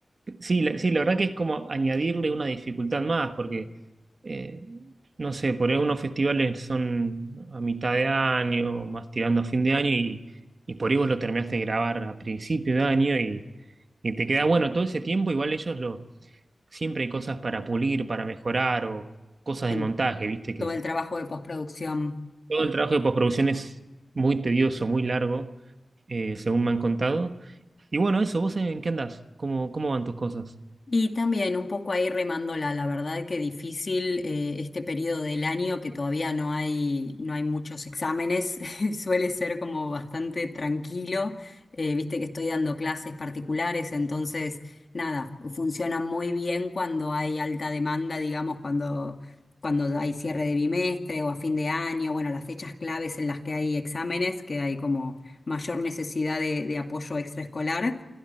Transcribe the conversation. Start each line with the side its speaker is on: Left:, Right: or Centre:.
Right: sí, la, sí, la verdad que es como añadirle una dificultad más, porque eh, no sé, por ahí unos festivales son a mitad de año, más tirando a fin de año, y, y por ahí vos lo terminaste de grabar a principio de año y, y te queda bueno todo ese tiempo, igual ellos lo, siempre hay cosas para pulir, para mejorar, o cosas
Left: en
Right: del montaje, viste que
Left: todo el trabajo de postproducción.
Right: todo el trabajo de postproducción es muy tedioso, muy largo, eh, según me han contado. Y bueno, eso, ¿vos en qué andás? ¿Cómo, cómo van tus cosas?
Left: Y también un poco ahí remándola, la verdad que difícil eh, este periodo del año que todavía no hay, no hay muchos exámenes, <laughs> suele ser como bastante tranquilo, Eh, viste que estoy dando clases particulares, entonces nada, funciona muy bien cuando hay alta demanda, digamos, cuando, cuando hay cierre de bimestre o a fin de año, bueno, las fechas claves en las que hay exámenes, que hay como mayor necesidad de de apoyo extraescolar.